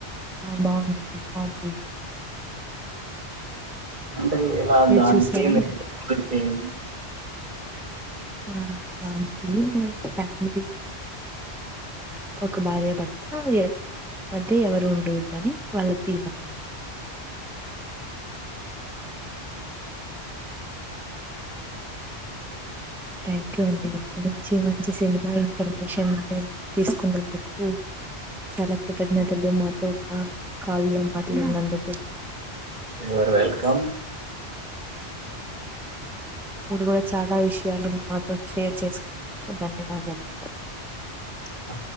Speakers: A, in the centre; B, on the right.
A: ఆ బాగుందండి కామెడీ
B: అంటే ఎలా
A: మీరు
B: దానికి
A: చూసారా
B: <inaudible>
A: ఆ థ్యాంక్యూ మ ఫ్యామిలీ ఒక భార్య భర్త ఏ మధ్య ఎవరు ఉండకూ డదని వాళ్ళ తీమ్ అండి
B: ఆ
A: థ్యాంక్ యూ అండి ఇ నుంచి మంచి సినిమాలు పర్మిషన్ ఉండే తీస్ కుఉన్నందుకు చాలా కృతజ్ఞతలు మ ఓఆ కాలులో మాట్లా న్నందుకు
B: యువర్ వెల్కమ్
A: మీరు కూడా చాలా విషయాలు మాతో షేర్ చేసుకు <inaudible> ధన్యవాదాలు
B: ఆ